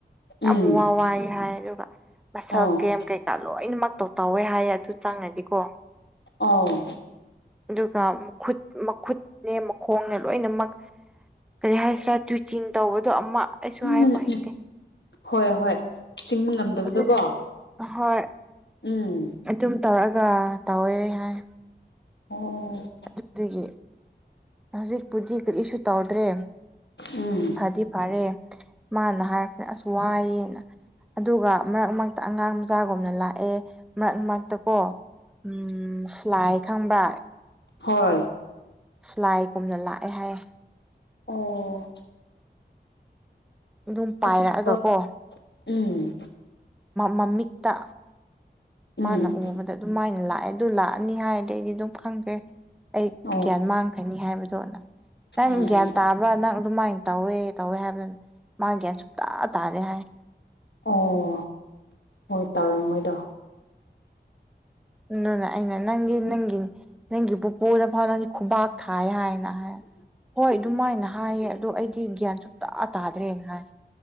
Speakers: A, on the left (about 80°); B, in the centre.
A: ꯎꯝ
B: ꯌꯥꯝ ꯋꯥ ꯋꯥꯏ ꯍꯥꯏ ꯑꯗꯨꯒ ꯃꯁꯛ
A: ꯑꯣ
B: ꯀꯦꯝ ꯀꯩ ꯂꯣꯏꯅꯃꯛꯇꯧ ꯇꯧꯋꯦ ꯍꯥꯏꯌꯦ ꯑꯗꯨ ꯆꯪꯅꯗꯤꯀꯣ
A: ꯑꯥꯎ
B: ꯑꯗꯨꯒ ꯃꯈꯨꯠ ꯃꯈꯨꯠꯅꯦ ꯃꯈꯣꯡꯅꯦ ꯂꯣꯏꯅꯃꯛ ꯀꯔꯤ ꯍꯥꯏꯁꯤꯔꯥ ꯇ꯭ꯋꯤꯆꯤꯡ ꯇꯧꯕꯗꯣ ꯑꯃ ꯑꯩꯁꯨ
A: ꯎꯝ
B: ꯍꯥꯏꯕ ꯍꯩꯇꯦ
A: ꯍꯣꯏ ꯍꯣꯏ ꯆꯤꯡꯕ ꯉꯝꯗꯕꯗꯣꯀꯣ
B: ꯑꯗꯨꯝ ꯍꯣꯏ
A: ꯎꯝ
B: ꯑꯗꯨꯝ ꯇꯧꯔ ꯑꯒ ꯇꯧꯋꯦ ꯍꯥꯏ
A: ꯑꯣ
B: ꯑꯗꯨꯗꯒꯤ ꯍꯧꯖꯤꯛꯄꯨꯗꯤ ꯀꯔꯤꯁꯨ ꯇꯧꯗ꯭ꯔꯦ
A: ꯎꯝ
B: ꯐꯗꯤ ꯐꯔꯦ ꯃꯥꯅ ꯍꯥꯏꯔꯛꯄꯗ ꯑꯁ ꯋꯥꯏꯑꯦꯅ ꯑꯗꯨꯒ ꯃꯔꯛ ꯃꯔꯛꯇ ꯑꯉꯥꯡ ꯃꯆꯥꯒꯨꯝꯅ ꯂꯥꯛꯑꯦ ꯃꯔꯛ ꯃꯔꯛꯇ ꯀꯣ ꯎꯝ ꯂꯥꯏ ꯈꯪꯕ
A: ꯍꯣꯏ
B: ꯂꯥꯏꯒꯨꯝꯅ ꯂꯥꯛꯑꯦ ꯍꯥꯏꯌꯦ
A: ꯑꯣ
B: ꯑꯗꯨꯝ ꯄꯥꯏꯔꯛꯑꯒꯀꯣ
A: ꯑꯁꯤꯒꯨꯝꯕ ꯎꯝ
B: ꯃꯃꯤꯛꯇ
A: ꯎꯝ
B: ꯃꯥꯅ ꯎꯕꯗ ꯑꯗꯨꯝ ꯃꯥꯏꯅ ꯂꯥꯛꯑꯦ ꯑꯗꯨ ꯂꯥꯛꯑꯅꯤ ꯍꯥꯏꯔꯗꯤ ꯑꯩꯗꯤ ꯑꯗꯨꯝ ꯈꯪꯈ꯭ꯔꯦ ꯑꯩ
A: ꯑꯣ
B: ꯒ꯭ꯌꯥꯟ ꯃꯥꯡꯈ꯭ꯔꯅꯤ ꯍꯥꯏꯕꯗꯣ ꯅꯪ
A: ꯑꯣ
B: ꯒ꯭ꯌꯥꯟ ꯇꯥꯕ꯭ꯔꯥ ꯅꯪ ꯑꯗꯨꯃꯥꯏꯅ ꯇꯧꯋꯦ ꯇꯧꯋꯦ ꯍꯥꯏꯕꯗꯨꯅ ꯃꯥ ꯒ꯭ꯌꯥꯟ ꯁꯨꯡꯇꯥ ꯇꯥꯥꯗꯦ ꯍꯥꯏ
A: ꯑꯣ ꯍꯣꯏ ꯇꯥꯔꯝ ꯃꯣꯏꯗ
B: ꯑꯗꯨꯅꯦ ꯑꯩꯅ ꯅꯪꯒꯤ ꯅꯪꯒꯤ ꯅꯪꯒꯤ ꯄꯨꯄꯨꯗ ꯐꯥꯎ ꯅꯪꯒꯤ ꯈꯨꯕꯥꯛ ꯊꯥꯏ ꯍꯥꯏꯅ ꯍꯥꯏ ꯍꯣꯏ ꯑꯗꯨꯃꯥꯏꯅ ꯍꯥꯏꯌꯦ ꯑꯗꯣ ꯑꯩꯗꯤ ꯒ꯭ꯌꯥꯟ ꯁꯨꯡꯇꯥ ꯇꯥꯗ꯭ꯔꯦ ꯍꯥꯏ